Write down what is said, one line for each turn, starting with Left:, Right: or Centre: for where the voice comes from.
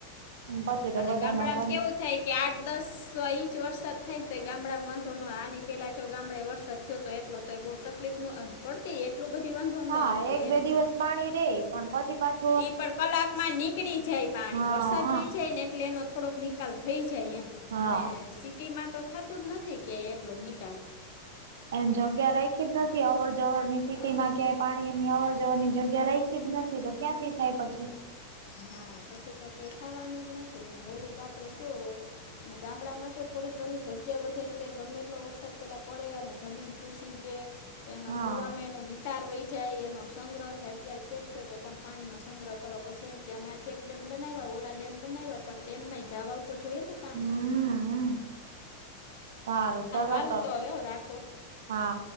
Right: પછી
Left: અને
Right: તો બધા
Left: ગામડામાં
Right: ન કર
Left: કેવું થાય કે આઠ દસ સો ઇંચ વરસાદ થાય ને તો ગામડા વાંધો ન આની પેલા જો ગામડાે વરસાદ થયો તો એટલો તો એ બહુ તકલીફ નમ પડતી એટલું બધી વાંધો ન
Right: હા
Left: આવતો
Right: એક બે
Left: એમ
Right: દિવસ પાણી રે પણ પછી પાછુ
Left: ઈ પણ કલાક માં નીકળી જાય પાણી
Right: હા
Left: વરસાદ
Right: હા
Left: રહી જાય ને એટલે એનો થોડોક નીળ આકાલ થઈ જાય એમ
Right: હા
Left: અને સિટીમાં તો થતું જ નથી. જગ્યા એટલો નિકાલ
Right: એમ જગ્યા રાયખી જ અવર જવર ની સિટીમાં
Left: હા
Right: ક્યાંય પાણીની અવર જવરની જગ્યા રખી જ નથી તો ક્યાંથી થાય પછી.
Left: હા પછી તો તે ખાવાનું જ નથી ને ઓોલું તો આપડે શુ અને ગામડામાં તો થોડી ઘણી જગ્યા વધે એટલે ગમે એટલો વરસાદ પહેલાં પડે અને જમીન <unintelligible> એના
Right: હા
Left: કુવામાં એનો તાર વહી જાય એનો સંગ્રહ થાય ત્યાર કે જ છે કે તમે પાણીનો સંગ્રહ કરો પછી એ કે અમે આ ચેક ડેમ બનાવ્યા ઓલા ડેમ બનાવ્યા પણ ડેમ માં જવા આવતો જોઈયએ ને પાણી
Right: હમ હમ સારું ચાલો
Left: હાલ
Right: તો
Left: હવે હો, રાખો
Right: હા